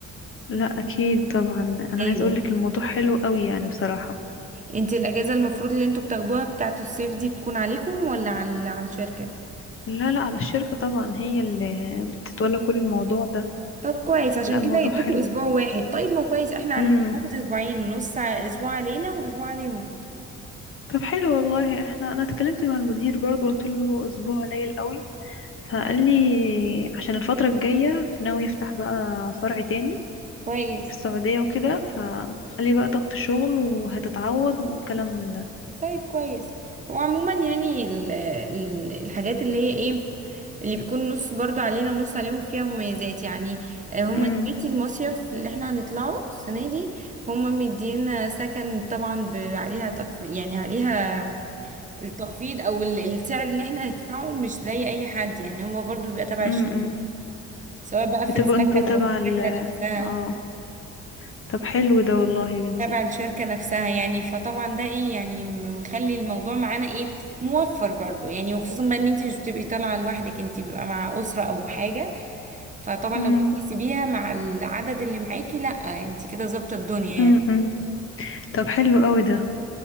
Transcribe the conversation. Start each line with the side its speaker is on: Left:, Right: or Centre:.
Left: لا اكيد طبعا انا
Right: أيوة
Left: عايز اقولك الموضوع حلو قوي يعني بصراحه
Right: أنت الأجازة المفروض اللي أنتوا بتاخدوها بتاعة الصيف دي بتكون عليكم ولا على على الشركة؟
Left: لا لا على الشركه طبعا هي اللي بتتولى كل الموضوع ده
Right: طب كويس عشان
Left: لا الموضوع
Right: كده يدوكوا
Left: حلو
Right: اسبوع واحد طيب ما هو كويس احنا عندنا
Left: امم
Right: هناخد اسبوعين نص ع- اسبوع علينا واسبوع عليهم
Left: طب حلو والله احنا انا اتكلمت مع المدير برضو قلت له اسبوع قليل قوي فقال لي عشان الفتره الجايه ناوي يفتح بقى فرع تاني
Right: كويس
Left: في السعودية وكده فقال لي بقى ضغط شغل وهتتعوض والكلام من ده
Right: طيب كويس وعموما يعني ال ال الحاجات اللي هي ايه اللي بيكون نص برضو علينا ونص عليهم فيها مميزات يعني آه، هما
Left: امم
Right: دلوقتي المصيف اللي احنا هنطلعه السنة دي هما مدينا سكن طبعا ب- عليها تخفيض يعني عليها التخفيض او ال- السعر اللي احنا هندفعه مش زي اي حد يعني هو برضو بيبقى تبع
Left: امم
Right: الشغل سواء بقى في
Left: بتبقوا
Right: السكن
Left: انتوا تبع
Right: أو في
Left: ال
Right: الرحلة نفسها
Left: اه طب حلو ده والله يا بنتي
Right: تبع الشركة نفسها يعني فطبعا ده ايه يعني م- مخلي الموضوع معانا ايه موفر برضو يعني وخصوصا بقى ان انت مش بتبقي طالعة لوحدك انت بيبقى مع أسرة أو حاجة فطبعا
Left: امم
Right: لو جيتي تحسبيها مع العدد اللي معاكي لا انت كده ظابطة الدنيا
Left: امم
Right: يعني
Left: طب حلو قوي ده